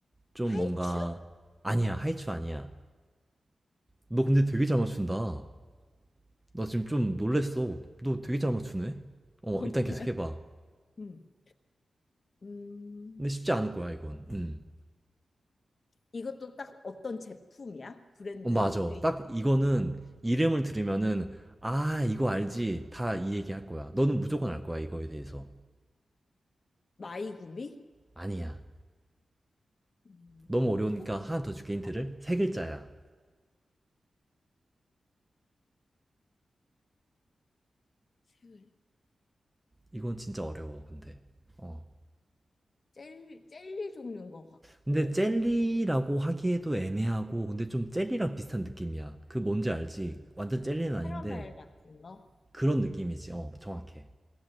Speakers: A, in the centre; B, on the left.
A: 좀
B: 하이츄?
A: 뭔가
B: <laughs>
A: 아니야. 하이츄 아니야. 너 근데 되게 잘 맞춘다. 나 지금 좀 놀랬어. 너 되게 잘 맞추네. 어,
B: 어,
A: 일단
B: 그래.
A: 계속 해봐.
B: 음. 음.
A: 근데 쉽지 않을 거야, 이건. 음.
B: 이것도 딱 어떤 제품이야? 브랜드의
A: 어, 맞아. 딱 이거는 이름을 들으면은, 아, 이거 알지. 다 이 얘기 할 거야. 너는 무조건 알 거야, 이거에 대해서.
B: 마이구미?
A: 아니야.
B: 음.
A: 너무 어려우니까
B: 혹시
A: 하나 더 줄게, 힌트를.
B: 어,
A: 세 글자야.
B: 음. 색을
A: 이건 진짜 어려워, 근데. 어.
B: 젤, 젤리 종류인 것 같고
A: 근데 젤리라고 하기에도 애매하고, 근데 좀 젤리랑 비슷한 느낌이야. 그 뭔지 알지? 완전 젤리는 아닌데,
B: 캐러멜 같은 거?
A: 그런 느낌이지. 어, 정확해.